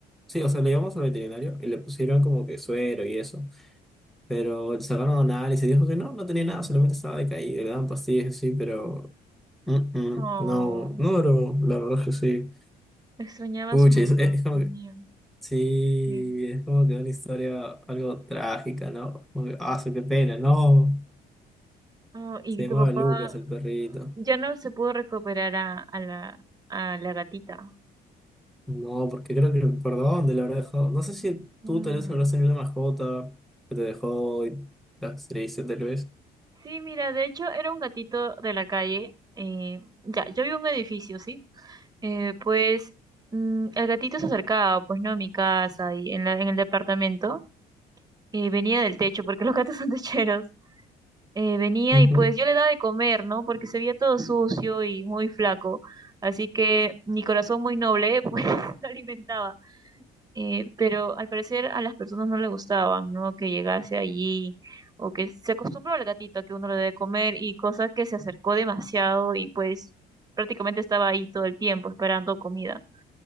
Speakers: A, in the centre; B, on the right.
A: sí, o sea, le llevamos al veterinario y le pusieron como que suero y eso, pero le sacaron análisis y dijo que no, no tenía nada, solamente estaba decaído, y le daban pastillas así, pero mm, mm,
B: Oh,
A: no, no duró, la verdad es que sí.
B: extrañaba
A: Pucha,
B: a su mejor
A: es, es como
B: amigo.
A: que, sí,
B: Sí.
A: es como que una historia algo trágica, ¿no? Como que, ah, sí, qué pena, no,
B: Oh, y
A: se
B: tu
A: llamaba
B: papá
A: Lucas el perrito.
B: ya no se pudo recuperar a, a la, a la gatita.
A: No, porque creo que el perdón de lo habrá dejado. No sé si
B: Mm.
A: tú tal vez habrás tenido una mascota que te dejó y las triste tal vez.
B: Sí, mira, de hecho era un gatito de la calle. eh, ya, yo vi un edificio, ¿sí? Eh, pues mm, el gatito se acercaba, pues no, a mi casa y en la- en el departamento. eh, venía del techo, porque los gatos son techeros. eh, venía
A: Ujú.
B: y pues yo le daba de comer, ¿no? Porque se veía todo sucio y muy flaco. Así que mi corazón muy noble, <laughs> pues lo alimentaba. Eh, pero al parecer a las personas no les gustaba ¿no? Que llegase allí o que se acostumbró al gatito a que uno le debe comer y cosas que se acercó demasiado y pues prácticamente estaba ahí todo el tiempo esperando comida.